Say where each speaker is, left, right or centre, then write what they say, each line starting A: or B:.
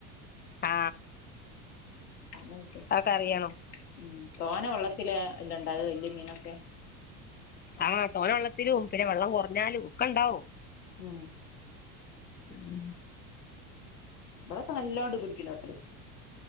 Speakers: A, on the left; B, on the left.
A: ആ
B: <unintelligible>
A: അതൊക്കെ അറിയണം
B: തോന വെള്ള ത്തില് അല്ലേ ഇണ്ടാവ വല്ല്യ മീനൊക്കെ.
A: ആ തോന വെള്ളത്തിലും പിന്നെ വെള്ളം കുറഞ്ഞാലും ഒക്കെ ഇണ്ടാവും
B: ഹ് മം
A: <inaudible>
B: ഇവടൊക്കെ നല്ലോണ്ട് പിടിക്ക്ണോർ.